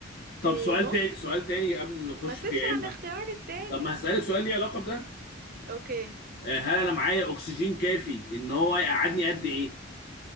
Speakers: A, on the left (about 55°); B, on the right (about 45°).
A: طب
B: تنط
A: سؤال تاني سؤال تاني قبل ما نخش
B: ما تسمع
A: في يا اما
B: الاختيار التاني
A: طب ما هسألك سؤال ليه علاقة بده
B: اوكي
A: آه، هل انا معايا اكسجين كافي ان هو يقعدني قد ايه؟